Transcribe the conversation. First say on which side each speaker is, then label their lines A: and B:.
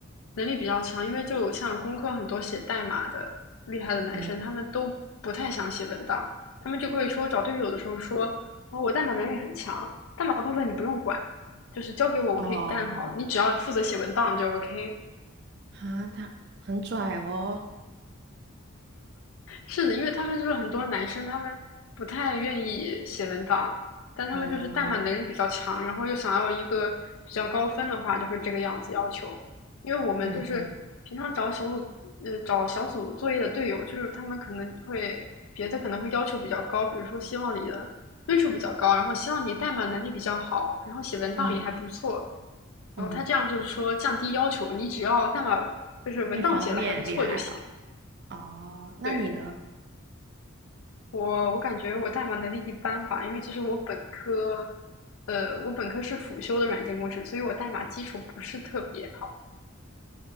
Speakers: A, on the left (about 80°); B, on the right (about 50°).
A: 能力比较强，因为就像工科很多写代码的厉害的男生，
B: 嗯，
A: 他们都不太想写文档，他们就会说找队友的时候说，哦，我代码能力很强，代码部分你不用管，就是交给我，我可以干好，
B: 哦，
A: 你只要负责写文档就 OK。
B: 哈，他很拽哦。
A: 是的，因为他们就是很多男生，他们不太愿意写文档，但他们就是代码能力比较强，
B: 嗯
A: 然后又想要一个比较高分的话，就会这个样子要求。因为我们就是平常找小组，
B: 嗯嗯。
A: 呃，找小组作业的队友，就是他们可能会别的可能会要求比较高，比如说希望你的分数比较高，然后希望你代码能力比较好，然后写文档也还不错，
B: 嗯
A: 然后他这样就是说降低要求，
B: 嗯，
A: 你只要代码就是文档写的还不错就行。
B: 一方面厉害啊，哦，那你呢？
A: 对，我我感觉我代码能力一般吧，因为其实我本科，呃，我本科是辅修的软件工程，所以我代码基础不是特别好。